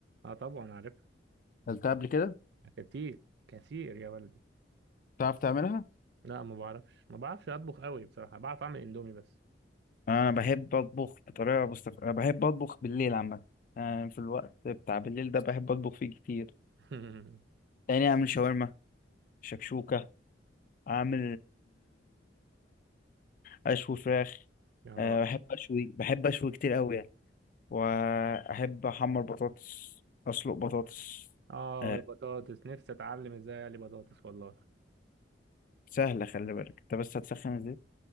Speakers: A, on the right; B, on the left.
A: اه طبعا عارفها
B: قلتها قبل كده
A: كتير كتير يا ولدي
B: تعرف تعملها
A: لا ما بعرفش ما بعرفش اطبخ قوي بصراحة بعرف اعمل اندومي بس
B: انا بحب اطبخ بطريقه مستف... أنا بحب اطبخ بالليل عامه أنا في الوقت بتاع بالليل ده بحب اطبخ فيه كتير
A: <laughs>
B: يعني اعمل شاورما شكشوكه اعمل اشوي فراخ
A: اه
B: أه بحب اشوي بحب اشوي كتير قوي يعني واحب احمر بطاطس اسلق بطاطس
A: اه
B: أه
A: البطاطس نفسي اتعلم ازاي اقلي بطاطس والله
B: سهله خلي بالك انت بس هتسخن الزيت